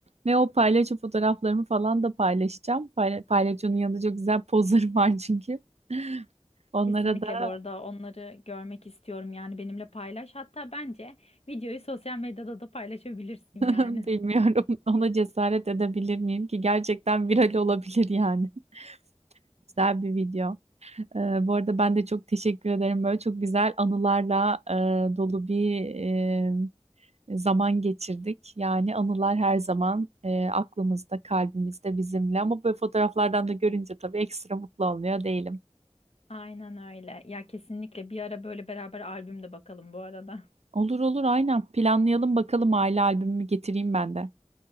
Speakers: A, on the right; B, on the left.
A: Ve o paylaşı fotoğraflarımı falan da paylaşacağım. Payla paylaşının yanında çok güzel pozlarım var çünkü. <laughs> Onlara
B: Kesinlikle
A: da
B: bu arada onları görmek istiyorum yani benimle paylaş. Hatta bence videoyu sosyal medyada da paylaşabilirsin
A: <laughs>
B: yani.
A: bilmiyorum ona cesaret edebilir miyim ki gerçekten viral olabilir yani. <laughs> Güzel bir video. Ee, bu arada ben de çok teşekkür ederim. Böyle çok güzel anılarla e, dolu bir e, zaman geçirdik. Yani anılar her zaman e, aklımızda, kalbimizde bizimle. Ama böyle fotoğraflardan da görünce tabii ekstra mutlu olmuyor değilim.
B: Aynen öyle. Ya kesinlikle bir ara böyle beraber albüm de bakalım bu arada.
A: Olur olur aynen. Planlayalım bakalım aile albümümü getireyim ben de.